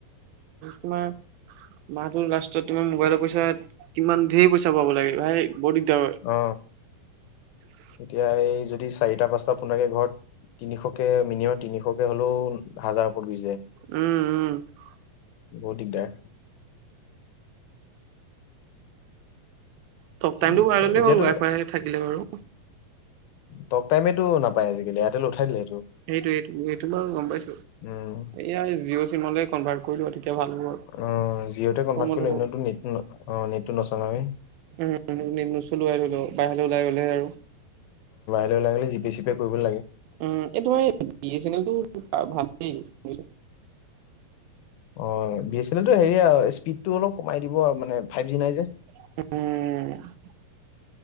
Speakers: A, on the right; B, on the left.
A: তোমাৰ মাহটোৰ লাষ্টত তোমাৰ মোবাইলৰ পইচা কিমান ধেৰ পইচা পাব লাগে ভাই বৰ দিগদাৰ হয়।
B: অ এতিয়া এই যদি চাৰিটা পাঁচটা ফোনকে ঘৰত তিনিশকে মিনিমাম তিনিশক হ'লেও হাজাৰৰ ওপৰত গুচি যায়।
A: উম উম
B: বহুত দিগদাৰ
A: টক
B: তিনিশ
A: টাইমতো বঢ়াই ললে
B: এতিয়াতো
A: হল ৱাই ফাই থাকিলে বাৰু।
B: ট টাইমেটো নাপায় আজিকালি এয়াৰটেলে উঠাই দিলে।
A: সেইটো সেইটো সেটো বাৰু গম পাইছো
B: উম
A: এয়া জিঅ' চিম কনভাৰ্ট কৰি লোৱা তেতিয়া ভাল হ'ব আৰু
B: অ জিঅতে কনভ্ট
A: কমত
B: কৰিলে
A: হ'ব
B: নেট অ নেটটো নচলাওৱে।
A: উম নচলোৱাই ধই লও বাহিৰলৈ ওলাই গলেহে আৰু।
B: বহিৰলে ওলাই গিলে জি পে চি পে কৰিব লাগে।
A: উম এই তোমাৰ বি এ ছেনেল ভালেই বুজিছ।
B: অ বি এ ছেনেলটো হেৰি আৰু স্পীডটো অলপ কমাই দিব আৰু মানে ফাইভ জি নাই যে
A: উম